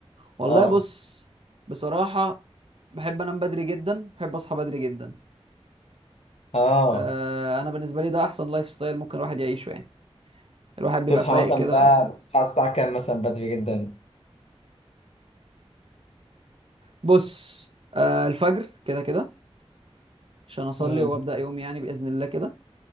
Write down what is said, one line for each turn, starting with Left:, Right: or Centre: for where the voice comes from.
Right: والله
Left: اه
Right: بص بصراحه بحب انام بدري جدا بحب اصحى بدري جدا
Left: اه
Right: آه انا بالنسبه لي ده احسن لايف ستايل ممكن الواحد يعيشه يعني الواحد بيبقى
Left: تصحى
Right: فايق
Left: مثلا
Right: كده
Left: بقى بتصحى الساعة كام مثلا بدري جدا
Right: بص آه الفجر كده كده عشان اصلي
Left: امم
Right: وابدا يومي يعني باذن الله كده